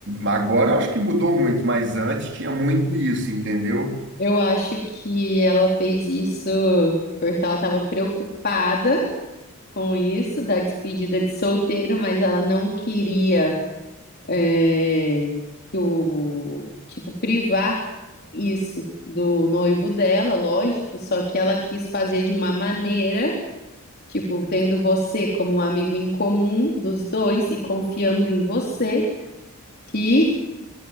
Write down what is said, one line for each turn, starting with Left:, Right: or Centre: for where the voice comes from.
Right: agora eu acho que mudou muito, mas antes tinha muito isso, entendeu?
Left: eu acho que ela fez isso porque ela estava preocupada com isso, da despedida de solteiro, mas ela não queria. é, que o tipo privar isso do noivo dela, lógico, só que ela quis fazer de uma maneira, tipo, tendo você como um amigo em comum dos dois e confiando em você, que